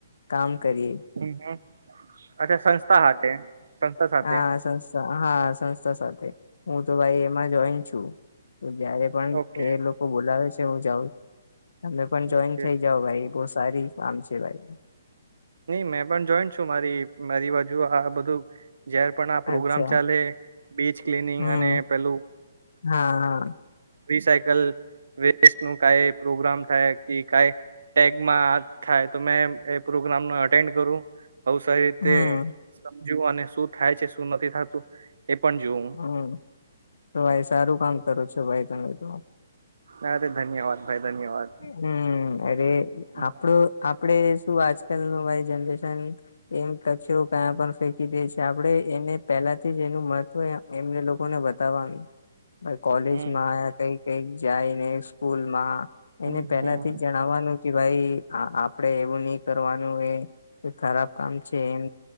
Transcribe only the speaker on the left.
કામ કરીએ
હા સંસ્થા હા સંસ્થા સાથે હું તો ભાઈ એમાં જોઈન છું જ પણ
એ લોકો બોલાવે છે હું જાઉં તમે પણ જોઈન
થઈ જાાવ ભાઈ બહ સારી આમ છે ભાઈ
અચ્છા
હમ
હા હા
હમ
હમ તો ભાઈ સારું કામ કરું છો ભાઈ તમે તો
હમ અરે
આપડું આપડે શું આજકાલ ન અરી જનરેશન એમ કચરો કયા પણ ફેંકી દે છે આપડે એને પેલાથી જ એનું મહત્વ એમને લોકોને બતાવાનું કોલેજ
માં આવયા કઈ કઈક જાય ને સ્કૂલમાં એને
પેલા
થી જ જણાવવાનું કે ભાઈ આપડે એવું ન કરવાનું એ ખરાબ કામ છે એમ